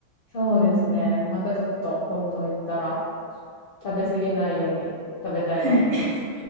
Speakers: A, on the left; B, on the right.
A: そうですね。
B: うん。
A: またちょっと今度行ったら食べ過ぎないように食べたいと思います。
B: はい。